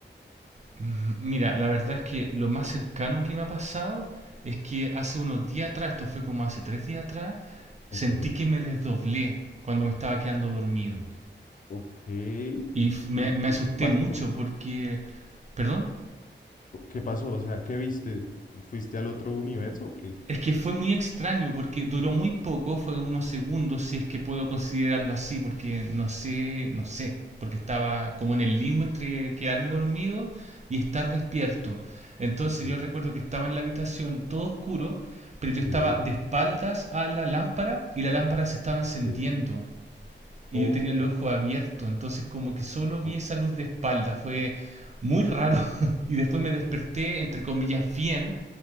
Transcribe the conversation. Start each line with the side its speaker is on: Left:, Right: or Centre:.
Right: Mm, Mira, la verdad es que lo más cercano que me ha pasado es que hace unos días atrás, esto fue como hace tres días atrás, sentí
Left: Ok,
Right: que me desdoblé cuando me estaba quedando dormido.
Left: ok.
Right: Y f- me,
Left: ¿Y qué
Right: me asusté
Left: pasó?
Right: mucho porque... ¿Perdón?
Left: ¿Qué pasó? O sea, ¿qué viste? ¿Fuiste al otro universo o qué?
Right: Es que fue muy extraño porque duró muy poco, fue unos segundos, si es que puedo considerarlo así, porque no sé, no sé, porque estaba como en el limbo entre quedarme dormido y estar despierto. Entonces
Left: Ok,
Right: yo recuerdo que estaba en la habitación todo oscuro, pero yo estaba
Left: sí,
Right: de espaldas a la lámpara y la lámpara se estaba encendiendo
Left: sí.
Right: y
Left: Ok,
Right: yo tenía el ojo abierto, entonces como que solo vi
Left: ok,
Right: esa luz de espalda, fue muy raro <laughs> y después me desperté entre comillas bien